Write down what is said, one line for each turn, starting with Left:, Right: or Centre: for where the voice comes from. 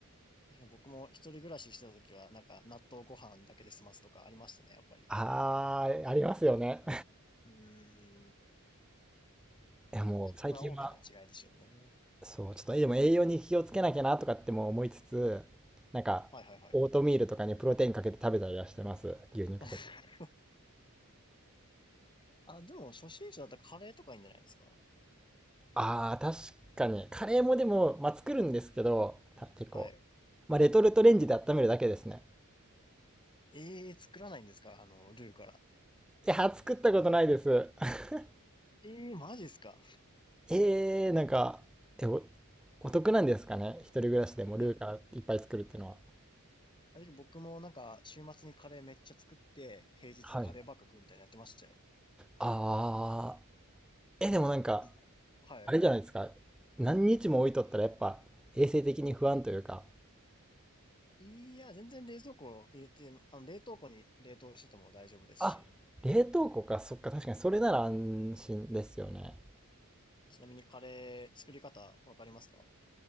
Left: かに僕も一人暮らししてた時は、なんか納豆ご飯だけで済ますとかありましたね、やっぱり。
Centre: ああ、ありますよね。
Left: うーん。
Centre: <laughs> いやもう最近は
Left: あー、そこが大きな違いですよね。
Centre: そう、ちょっとでも栄養に気をつけなきゃなとかっても思いつつ、なんか、
Left: はいはいはい。
Centre: オートミールとかにプロテインかけて食べたりはしてます。牛乳かけて。
Left: <laughs> あ、でも初心者だったらカレーとかいいんじゃないですか
Centre: ああ、確かに。カレーもでも、まあ、作るんですけど、た結構。
Left: はい。
Centre: まあ、レトルトレンジで温めるだけですね。
Left: ええー作らないんですかあの、ルーから。
Centre: いや、作ったことないです。<laughs>
Left: ええーマジですか
Centre: ええー、なんか、え、お、お得なんですかね。一人暮らしでもルーからいっぱい作るっていうのは。
Left: いや、あれ僕もなんか週末にカレーめっちゃ作って、平日カレーばっか食うみたいなのやってましたよ。
Centre: はい。ああ、え、でもなんか、
Left: うんはい。
Centre: あれじゃないですか。何日も置いとったらやっぱ衛生的に不安というか、
Left: いや、全然冷蔵庫入れて、あの、冷凍庫に冷凍してても大丈夫ですし。
Centre: あ、冷凍庫か、そっか、確かにそれなら安心ですよね。
Left: ちなみにカレー作り方わかりますか